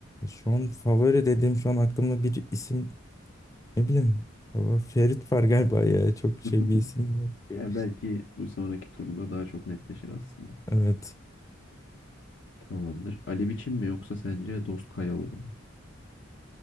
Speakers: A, on the left (about 15°); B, on the left (about 65°).
A: Şu an favori dediğim şu an aklımda bir isim Ne bileyim. Ama Ferit var galiba ya. Çok şey
B: <laughs>
A: bir isim yok ki.
B: Yani belki bu sonraki turda daha çok netleşir aslında.
A: Evet.
B: Tamamdır. Ali Biçim mi yoksa sence Dost Kayaoğlu mu?